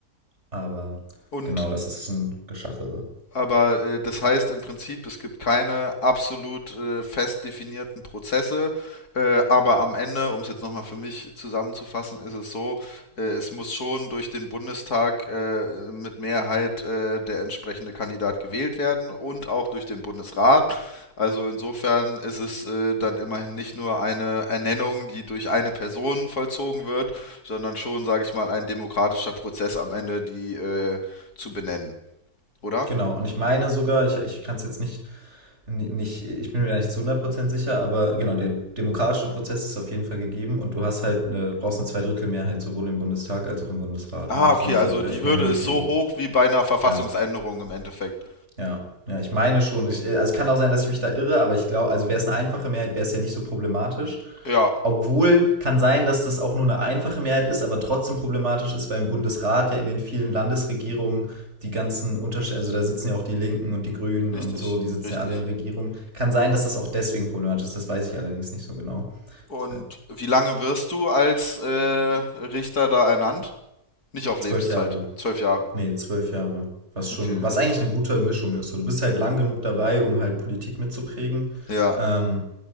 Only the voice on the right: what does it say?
Aber
genau, das ist ein Geschachere.
Genau, und ich meine sogar, ich, ich kann es jetzt nicht nicht, ich bin mir nicht zu hundert Prozent sicher, aber genau, der demokratische Prozess ist auf jeden Fall gegeben und du hast halt eine, brauchst eine Zweidrittelmehrheit sowohl im Bundestag als auch im Bundesrat.
Ne? Das
musst
du halt auch erstmal
hinkriegen.
Ja,
ja, ja, ich meine schon. Ich, also es kann auch sein, dass ich mich da irre, aber ich glaube, also wäre es eine einfache Mehrheit, wäre es ja nicht so problematisch.
Obwohl kann sein, dass das auch nur eine einfache Mehrheit ist, aber trotzdem problematisch ist, weil im Bundesrat ja in den vielen Landesregierungen die ganzen Unterschiede, also da sitzen ja auch die Linken und die Grünen
und so, die sitzen
ja alle in Regierungen. Kann sein, dass das auch deswegen problematisch ist, das weiß ich allerdings nicht so genau.
Das wär
Zwölf
Jahre.
Nee, zwölf Jahre. Was schon,
was eigentlich eine gute Mischung ist. So, du bist halt lang genug dabei, um halt Politik mitzuprägen.
Ähm,